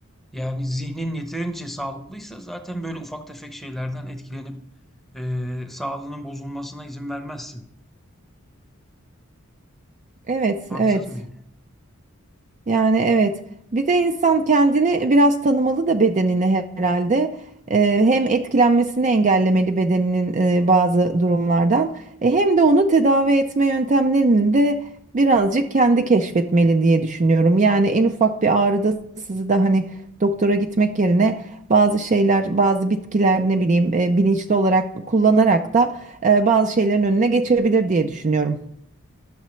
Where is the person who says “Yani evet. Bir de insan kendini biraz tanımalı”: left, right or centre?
Right